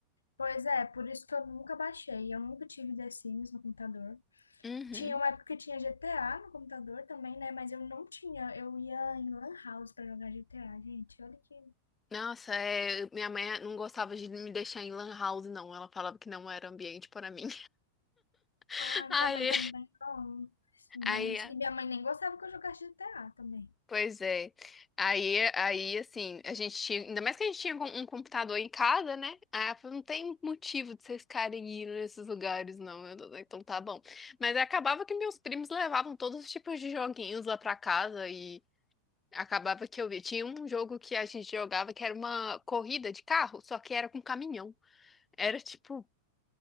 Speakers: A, on the left (about 75°); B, on the left (about 15°).
A: Pois é, por isso que eu nunca baixei. Eu nunca tive The Sims no computador.
B: Uhum.
A: Tinha uma época que tinha GTA no computador também, né? Mas eu não tinha. Eu ia em Lan House pra jogar GTA, gente. Olha que.
B: Nossa, é, minha mãe não gostava de me deixar em lan house, não. Ela falava que não era ambiente para mim. <laughs>
A: Ai,
B: Aí,
A: minha mãe também não. Mas...
B: aí,
A: E minha mãe nem gostava que eu jogasse GTA também.
B: pois é. Aí, aí, assim, a gente tinha, ainda mais que a gente tinha com- um computador em casa, né? Aí ela falou, não tem motivo de vocês ficarem indo nesses lugares, não. Eu, falei, então tá bom. Mas acabava que meus primos levavam todos os tipos de joguinhos lá pra casa e Acabava que eu vi. Tinha um jogo que a gente jogava que era uma corrida de carro, só que era com caminhão. Era, tipo,